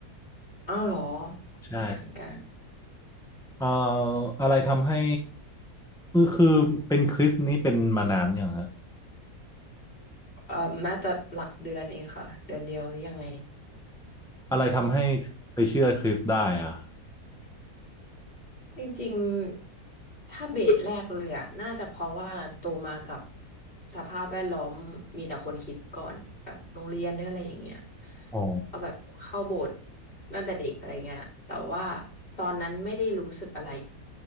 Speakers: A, on the left; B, in the centre.
A: อ้าวเหรอ
B: ใช่
A: คนละอันกัน
B: เอ่ออะไรทำให้คือคือเป็นคริสต์นี่เป็นมานานยังฮะ
A: เอ่อน่าจะหลักเดือนเองค่ะ เดือนเดียวหรือยังไง
B: อะไรทำให้ไปเชื่อคริสต์ได้อะ
A: จริงๆถ้าเบสแรกเลยอะน่าจะเพราะว่าโตมากับสภาพแวดล้อมมีแต่คนคิดก่อนแบบโรงเรียนหรืออะไรอย่างเงี้ย
B: อ๋อ
A: เอาแบบเข้าโบสถ์ตั้งแต่เด็กอะไรเงี้ย แต่ว่าตอนนั้นไม่ได้รู้สึกอะไร